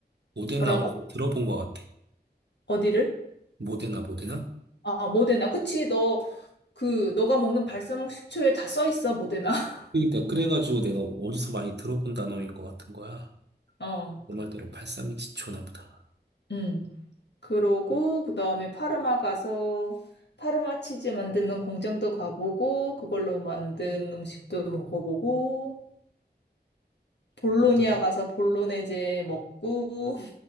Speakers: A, on the right; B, on the left.
A: 모데나
B: 뭐라고?
A: 어디서 들어본 것 같아.
B: 어디를?
A: 모데나 모데나?
B: 아, 모데나. 그치, 너, 그, 너가 먹는 발사믹 식초에 다 써 있어, 모데나. <laughs>
A: 그러니까 그래가지고 내가 어디서 많이 들어본 단어인 것 같은 거야.
B: 어,
A: 그 말대로 팔삼이시초나 보다.
B: 음. 그러고 그다음에 파르마 가서 파르마 치즈 만드는 공장도 가보고 그걸로 만든 음식도 먹어보고 볼로니아
A: 어, 좀-
B: 가서 볼로네제 먹고